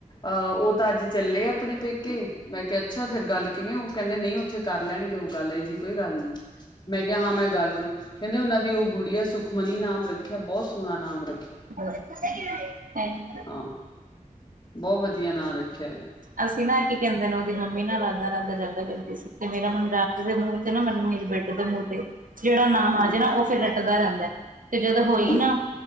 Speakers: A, on the left; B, on the right.
A: ਅਹ ਉਹ ਤਾਂ ਅੱਜ ਚੱਲੇ ਆਪਣੇ ਪੇਕੇ ਮੈਂ ਕਿਹਾ। ਅੱਛਾ ਫੇਰ ਗੱਲ ਕਿਵੇਂ ਉਹ ਕਹਿੰਦੇ ਨਹੀਂ ਉੱਥੇ ਕਰ ਲੈਣਗੇ ਉਹ ਗੱਲ ਹੈ ਜੀ। ਕੋਈ ਗੱਲ ਨੀ ਮੈਂ ਕਿਹਾ ਹਾਂ ਮੈਂ ਗੱਲ ਕਰੂੰ ਕਹਿੰਦੇ ਉਹਨਾਂ ਦੀ ਉਹ ਗੁੜੀ ਆ ਸੁਖ। ਸੁਖਮਨੀ ਨਾਮ ਰੱਖਿਆ। ਬਹੁਤ ਸੋਹਣਾ ਨਾਮ ਰੱਖਿ
B: <inaudible> ਥੈਂਕ ਯੂ!
A: ਹਾਂ ਬਹੁਤ ਵਧੀਆ ਨਾਂ ਰੱਖਿਆ ਏ।
B: ਅਸੀਂ ਨਾ, ਕੀ ਕਹਿੰਦੇ ਨੇਂ? ਉਹਦੀ ਮੰਮੀ ਨਾ ਰਾਧਾ-ਰਾਧਾ ਜਿਆਦਾ ਕਰਦੀ ਸੀ। ਤੇ ਮੇਰਾ ਮੁੰਡਾ ਓਸਦੇ ਮੂੰਹ ਤੇ ਨਾ, ਮਤਲਬ ਮੇਰੇ ਬੇਟੇ ਦੇ ਮੂੰਹ ਤੇ, ਜਿਹੜਾ ਨਾਮ ਆ
A: ਹਾਂ
B: ਜਾਏ ਨਾ। ਉਹ ਫਿਰ ਰੱਟਦਾ ਰਹਿੰਦਾ ਏ। ਤੇ ਜਦੋਂ ਹੋਈ
A: ਹਾਂ
B: ਨਾ।